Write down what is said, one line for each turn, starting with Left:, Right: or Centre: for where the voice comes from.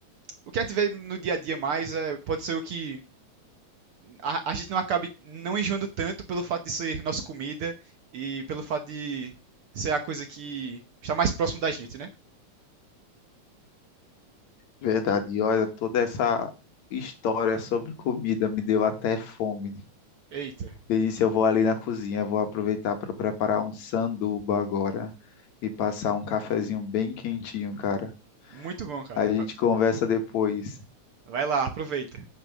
Right: O que a gente vê no dia a dia mais é, pode ser o que a, a gente não acabe não enjoando tanto pelo fato de ser nossa comida e pelo fato de ser a coisa que está mais próximo da gente, né?
Left: Verdade. E olha, toda essa história sobre comida me deu até fome.
Right: Eita,
Left: Eu disse, eu vou ali na cozinha, vou aproveitar para preparar um sanduba agora e passar um cafezinho bem quentinho, cara.
Right: muito bom, cara.
Left: A gente
Right: Va-
Left: conversa depois.
Right: Vai lá, aproveita.